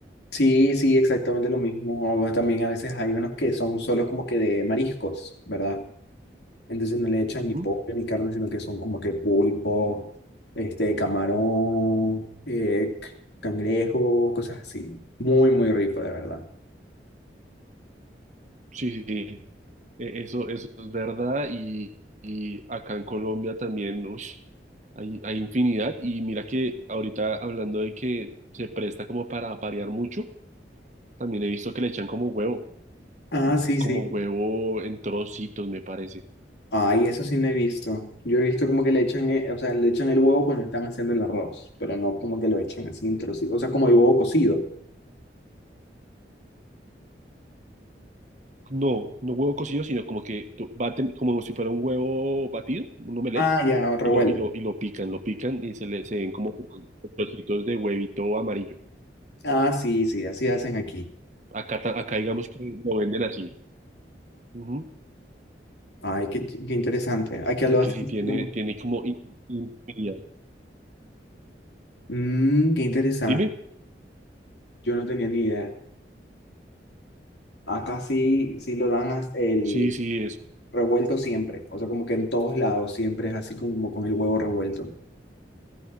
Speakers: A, on the left; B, on the right.
A: Sí, sí, exactamente lo mismo. O También a veces hay unos que son solo como que de mariscos, ¿verdad? Entonces no le echan ni
B: ¿Mm?
A: pollo ni carne, sino que son como que pulpo, este, camarón, eh, c- cangrejo, cosas así. Muy, muy rico, de verdad.
B: Sí, sí. sí. E- Eso, eso es verdad y, y acá en Colombia también ush, hay, hay infinidad y mira que ahorita hablando de que se presta como para variar mucho, también he visto que le echan como huevo,
A: Ah, sí,
B: como
A: sí.
B: huevo en trocitos me parece.
A: Ay, eso sí no he visto. Yo he visto como que le echan, eh, o sea, le echan el huevo cuando están haciendo el arroz, pero no como que lo echan así en trocitos, o sea, como el huevo cocido.
B: No, no huevo cocido, sino como que tú baten, como si fuera un huevo batido, un omelette,
A: Ah, ya, revuelto.
B: y lo, y lo, y lo pican, lo pican y se le se ven como trocitos de huevito amarillo.
A: Ah, sí, sí, así hacen aquí.
B: Acá, ta- acá digamos que lo venden así. Ujú.
A: Ay, qué, qué interesante. Aquí
B: porque
A: lo hacen
B: si tiene,
A: así como-
B: tiene como in- infinidad.
A: Mm, qué interesante.
B: Dime,
A: Yo no tenía ni idea. Acá sí, sí lo dan as- el
B: sí, sí, eso.
A: revuelto siempre. O sea, como que en todos lados siempre es así como con el huevo revuelto.